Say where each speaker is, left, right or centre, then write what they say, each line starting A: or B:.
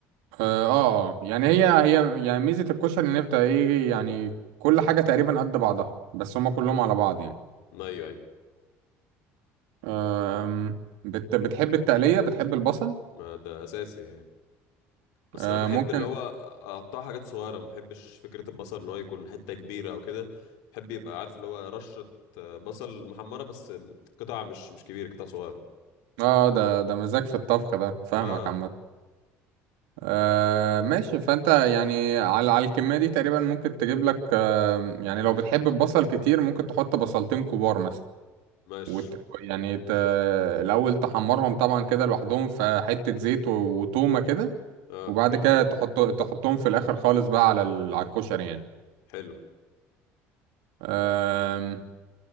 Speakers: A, on the right; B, on the left.
A: اه آه. يعني هي هي يعني ميزة الكشري ان هي بتبقى ايه يعني كل حاجة تقريبا قد بعضها بس هما كلهم على بعض يعني
B: ما ايوه ايوه
A: آم، بت بتحب التقلية بتحب البصل
B: ما ده اساسي يعني بس
A: آه
B: انا بحب
A: ممكن
B: اللي هو اقطع حاجات صغيره ما بحبش فكره البصل ان هو يكون حته كبيره او كده بحب يبقى عارف اللي هو رشه آه، بصل محمره بس قطع مش مش كبيره قطع صغيره
A: اه ده ده مزاج في الطبخ ده فاهمك
B: اه
A: عامة آه ماشي فانت يعني على على الكمية دي تقريبا ممكن تجيب لك آه يعني لو بتحب البصل كتير ممكن تحط بصلتين كبار مثلا
B: ماشي
A: وت... يعني ت... الأول تحمرهم طبعا كده لوحدهم في حتة زيت و- وتومة كده
B: اه
A: وبعد
B: حلو
A: كده
B: دي
A: تحط تحطهم في الاخر خالص بقى على ال... على الكشري يعني
B: حلو
A: أم...